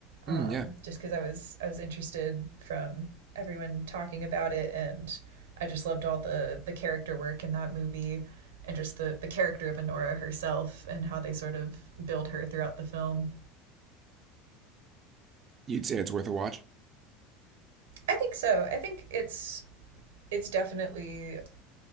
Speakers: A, on the right (about 80°); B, on the right (about 35°).
A: um,
B: mm, yeah.
A: just because I was I was interested from everyone talking about it, and I just loved all the the character work in that movie. and just the the character of Honora herself and how they sort of build her throughout the film.
B: You'd say it's worth a watch,
A: I think so. I think it's it's definitely